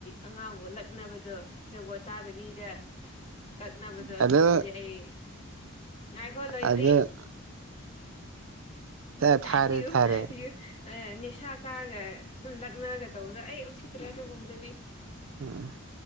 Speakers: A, on the left; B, on the right.
A: ꯑꯉꯥꯡꯕꯨ ꯂꯛꯅꯕꯗꯣ ꯖꯒꯣꯠ ꯆꯥꯗꯕꯤꯗ ꯂꯛꯅꯕꯗꯣ
B: ꯑꯗꯨ
A: ꯑꯗꯨꯒꯨꯝꯕꯗꯤ ꯑꯩ ꯉꯥꯏꯈꯣ ꯂꯣꯏꯗ꯭ꯔꯤ
B: ꯑꯗꯨ ꯊꯥꯔꯦ
A: <unintelligible>
B: ꯊꯥꯔꯦ
A: ꯅꯤꯁꯥ ꯆꯥꯔꯒ ꯑꯗꯨꯝ ꯂꯛꯅꯒ ꯇꯧꯕꯗ ꯑꯩ ꯎꯁꯤꯠꯇ꯭ꯔꯦ ꯑꯗꯨꯒꯨꯝꯕꯗꯗꯤ
B: ꯎꯝ